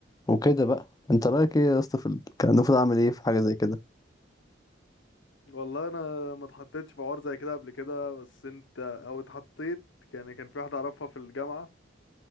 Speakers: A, on the left (about 20°); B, on the left (about 70°).
A: وكده بقى انت رايك ايه يا اسطى في ال- كان المفروض اعمل ايه في حاجه زي كده
B: والله انا ما اتحطيتش في حوار زي كده قبل كده بس انت او اتحطيت يعني كان في واحده اعرفها في الجامعه